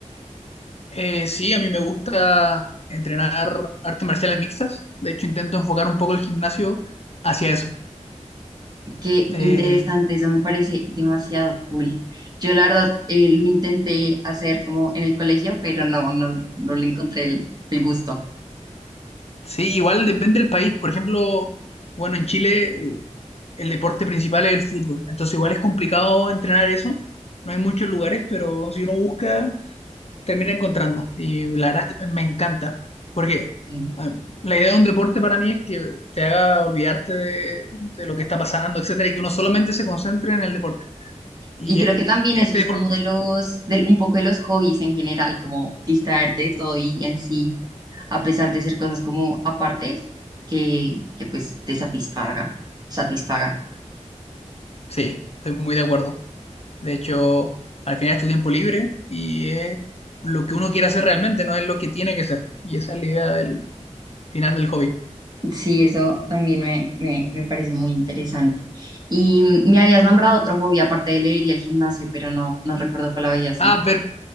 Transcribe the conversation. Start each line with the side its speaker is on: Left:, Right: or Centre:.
Left: eh, sí, a mí me gusta entrenar artes marciales mixtas. De hecho, intento enfocar un poco el gimnasio hacia eso.
Right: Qué
Left: Eh,
Right: interesante, eso me parece demasiado cool. Yo la verdad eh, lo intenté hacer como en el colegio, pero no, no, no le encontré el, el gusto.
Left: Sí, igual depende del país. Por ejemplo, bueno, en Chile el, el deporte principal es el fútbol. Entonces igual es complicado entrenar eso. No hay muchos lugares, pero si uno busca, termina encontrando. Y la verdad es que me encanta. Porque
Right: Y,
Left: ah, la idea de un deporte para mí es que te haga olvidarte de, de lo que está pasando, etcétera, y que uno solamente se concentre en el deporte. Y
Right: y creo
Left: este,
Right: que también
Left: este
Right: eso es
Left: deporte,
Right: como de los, del un poco de los hobbies en general, como distraerte de todo y en sí a pesar de ser cosas como apartes, que, que pues te satisfaga, satisfaga.
Left: sí, estoy muy de acuerdo. De hecho, al final es tu tiempo libre y es lo que uno quiere hacer realmente, no es lo que tiene que ser. Y esa es la idea del final del hobby.
Right: Sí, eso también me, me, me parece muy interesante. Y mm, me habías nombrado otro hobby aparte de leer y el gimnasio, pero no, no recuerdo cuál había sido.
Left: Ah, ver,